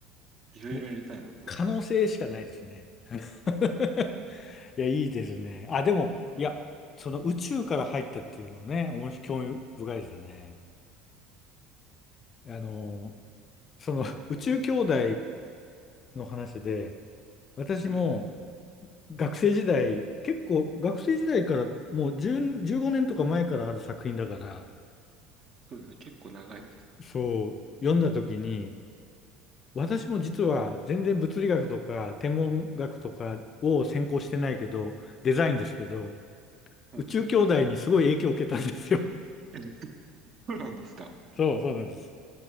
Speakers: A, on the right (about 40°); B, on the left (about 35°).
A: いろいろやりたいなと思ってます。
B: もう可能性しかないですね。<laughs> いや、いいですね。あ、でも、いや、その宇宙から入ったっていうのね、面白興味深いですよね。あの、その宇宙兄弟の話で、私も
A: はい。
B: 学生時代、結構学生時代からもう10、15年とか前からある作品だから、
A: そうですね。結構長いです。
B: そう、読んだ時に、私も実は全然物理学とか天文学とかを専攻してないけど、デザインですけど、
A: はい。
B: 宇宙兄弟にすごい影響を受けたんですよ。
A: <laughs> そうなんですか。
B: <laughs> そう、そうなんです。